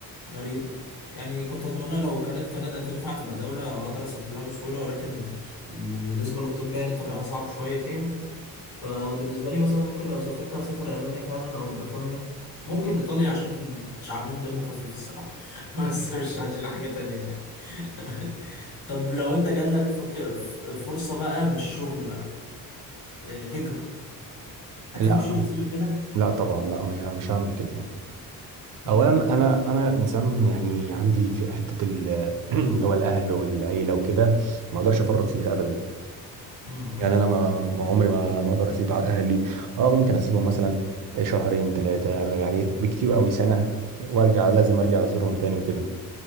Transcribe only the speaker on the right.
لا
لا طبعا لا مش مش هعمل كده
اولا انا انا انسان يعني عندي في حته ال- <clears throat> اللي هو الاهل والعيله وكده ما اقدرش افرط
فيها ابدا
يعني انا ما ما عمري ما ما اقدر اسيب اهلي اه ممكن اسيبهم مثلا شهرين ثلاثه يعني بكتير قوي سنه وارجع لازم ارجع ازورهم تاني وكده